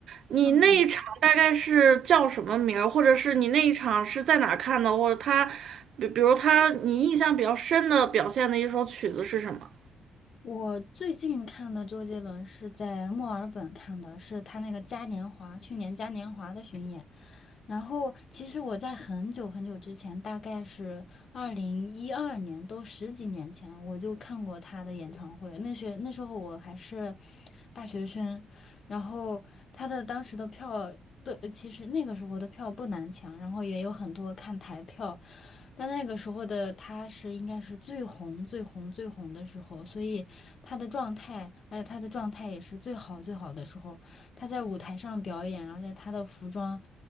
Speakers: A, on the right (about 65°); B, on the left (about 50°).
A: 你那一场大概是叫什么名儿，
B: 嗯
A: 或者是你那一场是在哪儿看的，或者他，比比如他你印象比较深的表现的一首曲子是什么？
B: 我最近看的周杰伦是在墨尔本看的，是他那个嘉年华，去年嘉年华的巡演。然后，其实我在很久很久之前，大概是二零一二年，都十几年前，我就看过他的演唱会。那时那时候我还是大学生，然后他的当时的票都，其实那个时候的票不难抢，然后也有很多看台票，但那个时候的他是应该是最红、最红、最红的时候，所以他的状态，而且他的状态也是最好、最好的时候。他在舞台上表演，而且他的服装